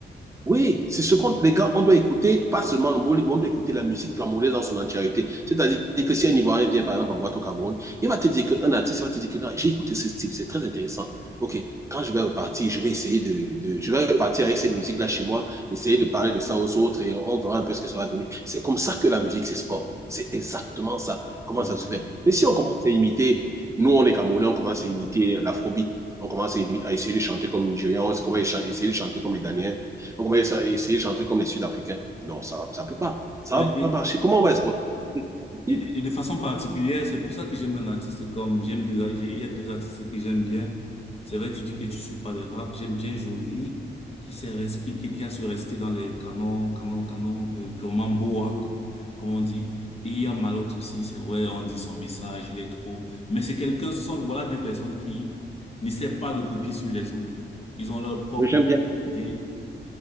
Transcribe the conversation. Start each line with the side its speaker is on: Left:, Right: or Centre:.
Right: Oui, c'est ce qu'on, les gars, on doit écouter, pas seulement le mot, on doit écouter la musique camerounaise dans son entièreté. C'est-à-dire que si un Ivoirien vient, par exemple, en boîte au Cameroun, il va te dire qu'un artiste va te dire que non, j'ai écouté ce style, c'est très intéressant. OK, quand je vais repartir, je vais essayer de, de je vais repartir avec cette musique-là chez moi, essayer de parler de ça aux autres et on verra un peu ce que ça va donner. C'est comme ça que la musique, c'est sport. C'est exactement ça. Comment
Left: hein.
Right: ça
Left: Ouais.
Right: se fait? Mais si on commence à imiter, nous, on est Camerounais, on commence à imiter l'afrobeat, on commence à, à essayer de chanter comme les Nigérians, on commence à essayer de chanter comme les Ghanéens, on va essa- essayer de chanter comme les Sud-Africains. Non, ça ne peut pas. Ça
Left: Ouais,
Right: ne va
Left: et-
Right: pas marcher. Comment on va exporter? C'est pas possible.
Left: Et, et de façon particulière, c'est pour ça que j'aime un artiste comme, j'aime deux, j'ai- il y a deux artistes que j'aime bien. C'est vrai que tu dis que tu suis pas le rap. J'aime bien Jovi, qui s'est res- qui, qui, qui a su rester dans les canons, canons, canons, euh, purement boa, comme, comme on dit. Et il y a Malox aussi, c'est vrai, on dit son message, il est trop. Mais c'est quelqu'un, ce sont, voilà deux personnes qui n'essaient pas de copier sur les autres. Ils ont leur propre
Right: Oui, j'aime bien.
Left: personnalité.